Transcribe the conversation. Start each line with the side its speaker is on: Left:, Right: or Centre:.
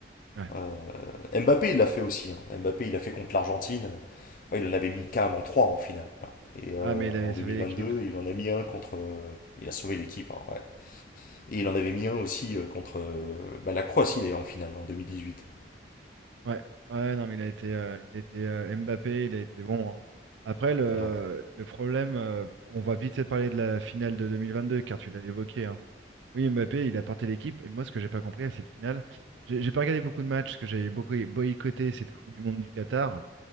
Right: Ouais.
Left: Euh, Mbappé, il l'a fait aussi. hein. Mbappé, il l'a fait contre l'Argentine. Ouais, il en avait mis carrément 3 en finale. hein. Et euh,
Right: Ah mais il avait
Left: en 2022,
Right: sauvé l'équipe.
Left: il en a mis un contre. euh, il a sauvé l'équipe. hein, ouais. Et il en avait mis un aussi euh, contre euh, bah, la Croatie, d'ailleurs, en finale, en 2018.
Right: Ouais, ouais, non, mais il a été, euh, il a été euh, Mbappé, il a été bon. hein. Après, le,
Left: Ouais.
Right: le problème, euh, on va vite parler de la finale de 2022, car tu l'as évoqué. hein. Oui, Mbappé, il a porté l'équipe, et moi, ce que j'ai pas compris à cette finale, j'ai j'ai pas regardé beaucoup de matchs, parce que j'avais beaucoup boycotté cette Coupe du Monde du Qatar.